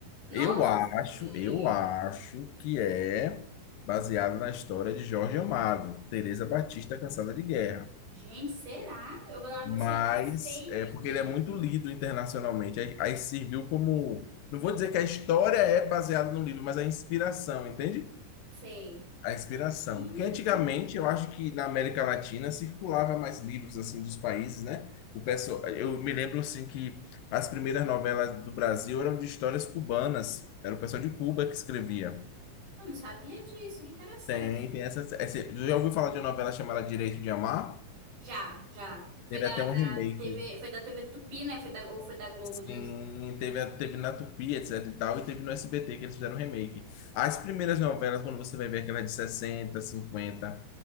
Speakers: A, on the right; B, on the left.
A: Nossa,
B: Eu acho,
A: sim!
B: eu acho que é baseado na história de Jorge Amado, Teresa Batista cansada de guerra.
A: Gente, será? Eu vou dar uma
B: Mas
A: pesquisa. Eu sei
B: é porque
A: que.
B: ele é muito lido internacionalmente. Aí, aí serviu como, não vou dizer que a história é baseada no livro, mas a inspiração, entende?
A: Sei.
B: A inspiração.
A: Gente,
B: Porque antigamente
A: eu,
B: eu acho que na América Latina circulava mais livros assim dos países, né? O pessoal, eu me lembro assim que as primeiras novelas do Brasil eram de histórias cubanas, era o pessoal de Cuba que escrevia.
A: eu não sabia disso, que interessante.
B: Tem, tem essa, essa- já ouviu falar de uma novela chamada Direito de Amar?
A: Já, já. Foi
B: Teve até um remake.
A: da TV, foi da TV Tupi, né? Foi da, ou foi da Globo. do-
B: Sim, teve, teve na Tupi, etc e tal, e teve no SBT que eles fizeram um remake. As primeiras novelas, quando você vai ver aquelas de 60, 50